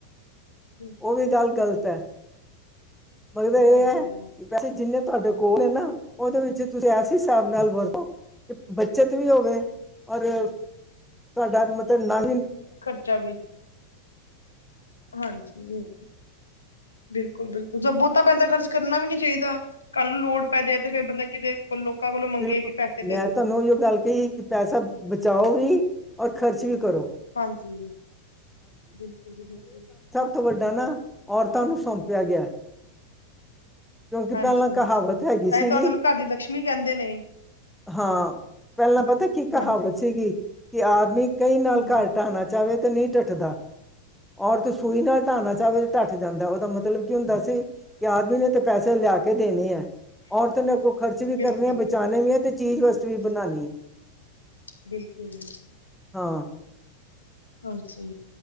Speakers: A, on the left; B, in the centre.
A: ਬਿਲਕੁਲ
B: ਓ ਵੀ,
A: ਬਿਲਕੁਲ
B: ਗੱਲ ਗ਼ਲਤ ਐ। ਪਰ ਏ
A: ਹਾਂਜੀ
B: ਆ ਪੈਸੇ ਜਿੰਨੇ ਤੁਹਾਡੇ ਕੋਲ ਨੇ ਨਾ, ਉਹਦੇ ਵਿੱਚ ਤੁਸੀਂ ਐਸੇ ਹਿਸਾਬ ਨਾਲ ਵਰਤੋ ਬੱਚਤ ਵੀ ਹੋਵੇ, ਔਰ ਤੁਹਾਡਾ ਮਤਲਬ ਨਵੀ
A: ਖ਼ਰਚਾ ਵੀ ਹਾਂਜੀ, ਬਿਲਕੁਲ -ਬਿਲਕੁਲ ਜ ਬਹੁਤਾ ਪੈਸਾ, ਖਰਚ ਕਰਨਾ ਵੀ ਨੀ ਚਾਹੀਦਾ। ਕੱਲ੍ਹ ਨੂੰ ਲੋੜ, ਪੈਦੀ ਜਾਏ ਤੇ ਫੇਰ ਬੰਦਾ ਕਿਤੇ ਕੋਲੋਂ ਮੰਗੇ
B: ਬਿਲਕੁਲ,
A: ਕਿ ਪੈਸੇ ਦੇ
B: ਮੈਂ
A: ਦੋ
B: ਤੁਹਾਨੂੰ ਇ ਗੱਲ ਕਹੀ ਕਿ ਪੈਸਾ, ਬਚਾਓ ਵੀ ਔਰ ਖ਼ਰਚ ਵੀ ਕਰੋ।
A: ਹਾਂਜੀ, ਬਿਲਕੁਲ, ਜੀ ਬਿਲਕੁਲ।
B: ਸੱਭ ਤੋਂ ਵੱਡਾ ਨਾ, ਔਰਤਾਂ ਨੂੰ ਸੌਂਪਿਆ ਗਿਆ। ਕਿਉਂਕਿ,
A: ਹਾਂਜੀ
B: ਪਹਿਲਾਂ ਕਹਾਵਤ
A: ਹਾਂਜੀ
B: ਹੈਗੀ
A: ਤਾਂ
B: ਸੀਗੀ।
A: ਹੀ ਤੁਹਾਡੇ ਨੂੰ ਘਰ ਦੀ ਲਕਸ਼ਮੀ ਕਹਿੰਦੇ ਨੇ
B: ਹਾਂ ਪਹਿਲਾਂ ਪਤਾ, ਕੀ ਕਹਾਵਤ
A: ਹਾਂਜੀ
B: ਸੀਗੀ ਕਿ, ਆਦਮੀ ਕਈ ਨਾਲ
A: ਜੀ
B: ਘਰ ਟਾਣਾ ਚਾਹਵੇ ਤਾਂ ਨਹੀਂ ਟੱਠਦਾ ਔਰਤ ਸੂਈ ਨਾਲ ਟਾਣਾ ਚਾਹਵੇ ਤਾਂ ਟੱਠ ਜਾਂਦਾ ਉਹਦਾ ਮਤਲਬ ਕੀ ਹੁੰਦਾ ਸੀ ਕਿ, ਆਦਮੀ ਨੇ ਤੇ ਪੈਸੇ ਲਿਆ ਕੇ ਦੇਣੇ ਹੈ। ਔਰਤ ਨੇ ਅੱਗੋਂ, ਖਰਚ ਵੀ
A: ਬਿਲਕੁਲ
B: ਕਰਨੇ ਹੈ, ਬਚਾਉਣੇ ਵੀ ਹੈ, ਤੇ ਚੀਜ਼ ਵਸਤ ਵੀ ਬਣਾਉਣੀ ਹੈ।
A: ਬਿਲਕੁਲ,
B: ਹਾਂ
A: ਹਾਂਜੀ।